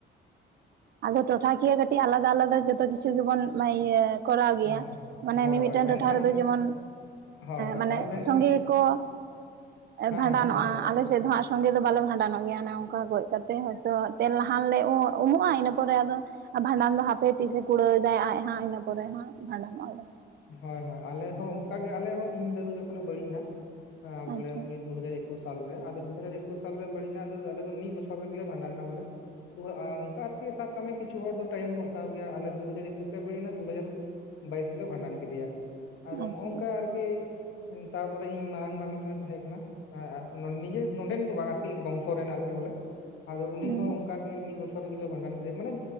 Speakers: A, on the right (about 55°); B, on the left (about 80°).
A: ᱟᱫᱚ ᱴᱚᱴᱷᱟᱠᱤᱭᱟᱹ ᱠᱟᱹᱴᱤᱡ ᱟᱞᱟᱫᱟ ᱟᱞᱟᱫᱟ ᱡᱚᱛᱚ ᱠᱤᱪᱷᱩ ᱜᱮᱵᱚᱱ ᱤᱭᱟᱹᱼᱼ ᱠᱚᱨᱟᱣ ᱜᱮᱭᱟ
B: ᱚ
A: ᱢᱟᱱᱮ
B: ᱦᱳᱭ
A: ᱢᱤᱢᱤᱫᱴᱟᱹᱝ
B: ᱦᱳᱭ ᱢᱮᱱᱠᱷᱟᱱ
A: ᱴᱚᱴᱷᱟ ᱨᱮᱫᱚ ᱡᱮᱢᱚᱱᱼᱼ
B: ᱦᱳᱭ ᱦᱳᱭ
A: ᱢᱟᱱᱮ
B: ᱦᱳᱭ ᱢᱮᱱᱠᱷᱟᱱ
A: ᱥᱚᱸᱜᱮ ᱠᱚ
B: ᱦᱮᱸ
A: ᱵᱷᱟᱸᱰᱟᱱᱚᱜᱼᱟ,
B: ᱦᱮᱸ ᱥᱚᱸᱜᱮ ᱜᱮᱭᱟ ᱠᱚ
A: ᱟᱞᱮ ᱥᱮᱫ ᱫᱚ ᱦᱟᱸᱜ ᱥᱚᱸᱜᱮ ᱫᱚ ᱵᱟᱞᱮ ᱵᱷᱟᱸᱰᱟᱱᱚᱜ ᱜᱮᱭᱟ ᱚᱱᱮ ᱚᱝᱠᱟ ᱜᱚᱡ ᱠᱟᱛᱮ ᱦᱳᱭ ᱛᱚ ᱛᱮᱞ ᱞᱟᱦᱟᱱ ᱞᱮ ᱩᱢᱚᱜᱼᱟ ᱤᱱᱟᱹ ᱯᱚᱨ ᱯᱚᱨᱮ ᱟᱫᱚ ᱵᱷᱟᱸᱰᱟᱱ ᱫᱚ ᱦᱟᱯᱮ ᱛᱤᱥᱮ ᱠᱩᱲᱟᱹᱣ ᱫᱟᱭ ᱟᱡ ᱦᱟᱸᱜ ᱤᱱᱟᱹ ᱯᱚᱨᱮ ᱦᱚᱸᱜ ᱵᱷᱟᱸᱰᱟᱱᱚᱜᱼᱟ ᱞᱮ,
B: ᱦᱳᱭ ᱦᱳᱭ, ᱟᱞᱮ ᱦᱚᱸ ᱚᱝᱠᱟ ᱜᱮ ᱟᱞᱮ ᱦᱚᱸ ᱤᱧ ᱫᱟᱹᱫᱩ ᱡᱚᱠᱷᱚᱱᱮ ᱵᱟᱹᱲᱤᱡ ᱮᱱᱟ
A: ᱟᱪᱪᱷᱟ
B: ᱵᱚᱞᱮ ᱫᱩ ᱦᱟᱡᱟᱨ ᱮᱠᱩᱥ ᱥᱟᱞᱨᱮ ᱟᱫᱚ ᱫᱩ ᱦᱟᱡᱟᱨ ᱮᱠᱩᱥ ᱥᱟᱞᱨᱮ ᱵᱟᱹᱲᱤᱡ ᱮᱱᱟ ᱟᱫᱚ ᱟᱞᱮ ᱫᱚ ᱢᱤᱫ ᱵᱚᱪᱷᱚᱨ ᱨᱮ ᱜᱮᱞᱮ ᱵᱷᱟᱰᱟᱸᱱ ᱮᱱᱟ ᱵᱚᱞᱮ, ᱚᱝᱠᱟ ᱟᱨᱠᱤ ᱥᱟᱵ ᱠᱟᱜ ᱢᱮ ᱠᱤᱪᱷᱩ ᱦᱚᱲ ᱫᱚ ᱴᱟᱭᱤᱢ ᱠᱚ ᱦᱟᱛᱟᱣ ᱜᱮᱭᱟ, ᱟᱞᱮ ᱫᱩ ᱦᱟᱡᱟᱨ ᱮᱠᱩᱥ ᱮ ᱦᱩᱭᱮᱱᱟ ᱫᱩ ᱦᱟᱡᱟᱨ ᱵᱟᱭᱤᱥ ᱜᱮᱞᱮ ᱵᱷᱟᱸᱰᱟᱱ ᱠᱮᱫᱮᱭᱟ ᱟᱫᱚ
A: ᱟᱪᱪᱷᱟ
B: ᱱᱚᱜᱝᱠᱟ ᱟᱨ ᱠᱤ ᱛᱟᱯᱚᱨᱮ ᱤᱧ ᱢᱟᱨᱟᱝᱵᱟ ᱢᱤᱫᱴᱮᱱᱮ ᱛᱟᱦᱮᱸ ᱠᱟᱱᱟ, ᱱᱤᱡᱮ ᱱᱚᱰᱮᱱ ᱫᱚ ᱵᱟᱝᱼᱟᱨᱠᱤ ᱵᱚᱝᱥᱚ ᱨᱮᱱ ᱟᱨᱠᱤ ᱵᱚᱞᱮ ᱟᱫᱚ ᱩᱱᱤ
A: ᱦᱮᱸ
B: ᱦᱚᱸ ᱚᱝᱠᱟ ᱜᱮ ᱢᱤᱫ ᱵᱚᱪᱷᱚᱨ ᱚᱝᱠᱟ ᱛᱮᱜᱮ ᱞᱮ ᱵᱷᱟᱸᱰᱟᱱ ᱠᱮᱫᱮᱭᱟ, ᱢᱥᱱᱮ